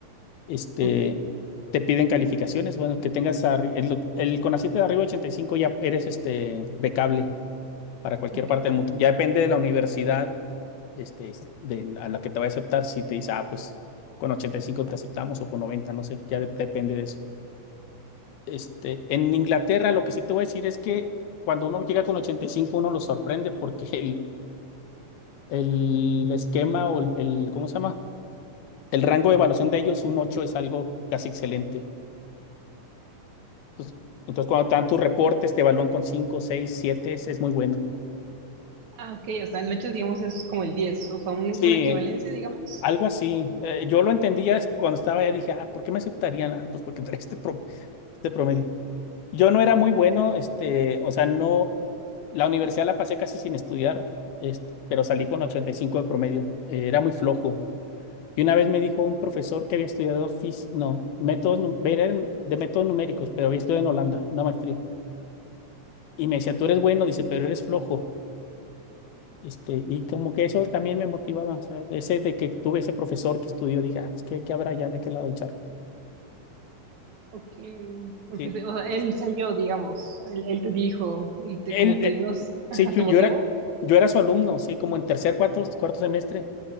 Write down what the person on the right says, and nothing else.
ok,
ok.
Ah, ok, o sea, el 8, digamos, es como el 10 o sea, un-
una equivalencia, digamos.
Ok, porque
se- o sea, él salió, digamos, él, él te dijo y te
como que
nos,
ajá,
te
motivó.